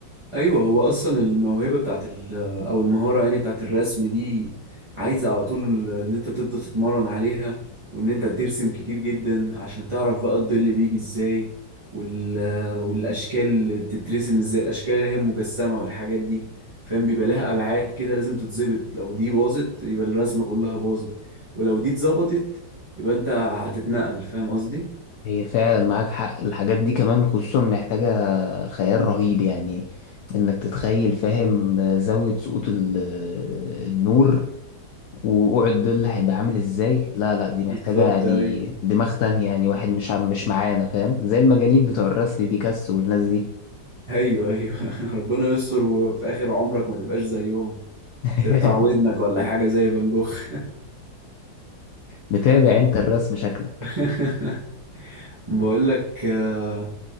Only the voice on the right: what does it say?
ايوه هو اصلا الموهبه بتاعت ال او المهاره يعني بتاعت الرسم دي عايزه على طول ان انت تفضل تتمرن عليها وان انت ترسم كتير جدا عشان تعرف بقى الظل بيجي ازاي وال والاشكال تترسم ازاي الاشكال اللي هي مجسمه والحاجات دي فاهم بيبقى لها ابعاد كده لازم تتظبط لو دي باظت يبقى الرسمه كلها باظت ولو دي اتظبطت يبقى انت هتتنقل فاهم قصدي
بالظبط
ايوه
ايوه ايوه <laughs> ربنا يستر وفي اخر عمرك ما تبقاش زيهم
تقطع ودنك ولا حاجة زي فان جوخ
<laughs> بقول لك آه،